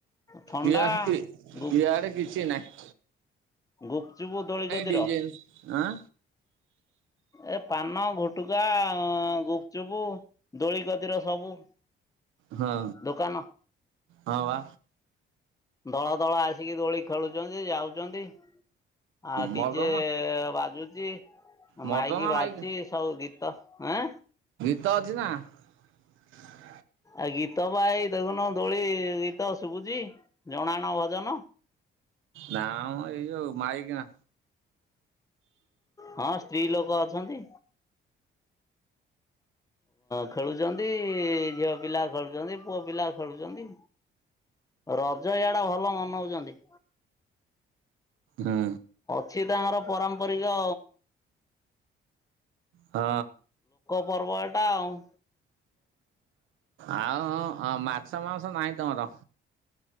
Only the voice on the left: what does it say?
ଥଣ୍ଡା
ଗୁପ୍
ଗୁପଚୁପୁ ଧୋଳିଗଦିର
ଏ ପାନ ଫୁଟୁକା ଗୁପଚୁପୁ ଦୋଳିିକତିର ସବୁ
ଦୋକାନ
ଦଳ ଦଳ ଆସିକି ଦୋଳି ଖେଳୁଛନ୍ତି ଯାଉଛନ୍ତି। ହଁ ଡିଜେ
ବାଜୁ ଯେ।
ମାଇକି ବାଜୁଚ
ସବୁ ଗୀତ ଆଁ।
ଆ ଗୀତ ବା ଏଇ ଦେଖୁନୁ ଦୋଳିଗୀତ ଶୁଭୁଛି। ଜଣାଣ ଭଜନ।
ହଁ ସ୍ତ୍ରୀ ଲୋକ ଅଛନ୍ତି। ଖେଳୁଛନ୍ତି ଝିଅ। ପିଲା ଖେୁଛନ୍ତି ପୁଅପିଲା ଖେଳୁଛନ୍ତି। ରଜ ଇଆଡା ଭଲ ମନଉଛନ୍ତି।
ସିଏ ତାଙ୍କର ପରମ୍ପରିକ।
ପର୍ବଟା ଆଉ।